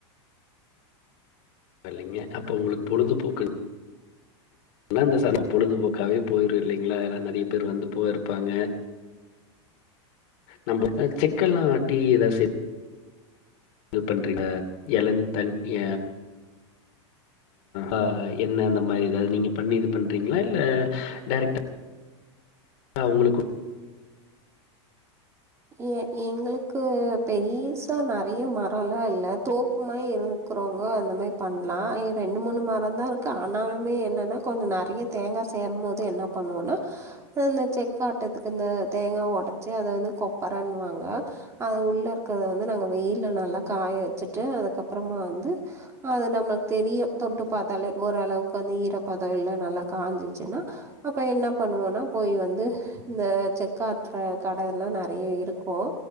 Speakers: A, on the left; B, on the right.
A: இப்ப இல்லைங்க அப்ப உங்களுக்கு பொழுதுபோக்குனா இந்த சனம் பொழுதுபோக்கவே போயிரு இல்லங்களா ஏன்னா நிறைய பேர் வந்து போயி இருப்பாங்க நம்ம செக்கல்லா ஆட்டி ஏதாவ செ இது பண்றீல எலநீ தண்ணிய ஆஹ் என்ன அந்த மாரி ஏதாவது நீங்க பண்ணி இது பண்றீங்களா இல்ல டைரக்டா ஆஹ் உங்களுக்கு
B: ஏ எங்களுக்கு பெரீசா நிறைய மரம் எல்லா இல்ல தோப்புமாரி இருந்து இருக்கறவங்க அந்த மாதிரி பண்ணலா ரெண்டு மூணு மரம் தா இருக்கு ஆனாலுமே என்னன்னா கொஞ்ச நிறைய தேங்காய் சேரும் போது என்ன பண்ணுவோனா இந்தந்த செக்க ஆட்டத்துக்கு இந்த தேங்காய் உடைச்சு அது வந்து கொப்பரன்னுவாங்க அது உள்ள இருக்கறத வந்து நாங்க வெய்யில நல்லா காய வச்சுட்டு அதுக்கப்பறமா வந்து அது நம்மள்க் தெரியு தொட்டு பாத்தாலே ஓரளவுக்கு வந்து ஈரப்பாத இல்ல நல்லா காஞ்சிச்சுன்னா அப்ப என்ன பண்ணுவோனா போய் வந்து இந்த செக்காற்ற கடை எல்லா நெ றைய இருக்கு